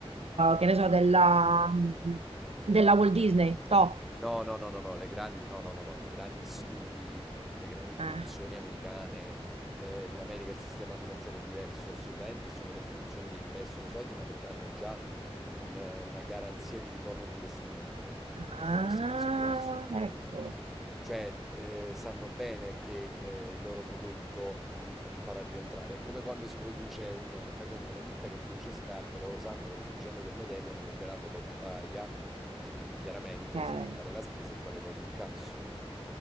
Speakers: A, on the right; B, in the centre.
A: che ne so, della, mm, della Walt Disney, no?
B: No, no, no, no, no, le gran- no, no, no, no, i grandi studi, le grandi produzioni
A: Eh.
B: americane, eh, in America il sistema finanziario è diverso, assolutamente, sono le produzioni che investono soldi, ma perché hanno già un, eh, una garanzia di ritorno di investimento.
A: Ah,
B: Questo è il discorso.
A: ecco,
B: Cioè, eh, sanno bene che eh, il loro prodotto gli fa- li farà rientrare. È come quando si produce, un, fai conto, una ditta che produce scarpe, loro sanno che producendo quel modello ne venderanno tot paia e quindi chiaramente
A: ok.
B: sanno qual è la spesa e quale poi l'incasso, ecco.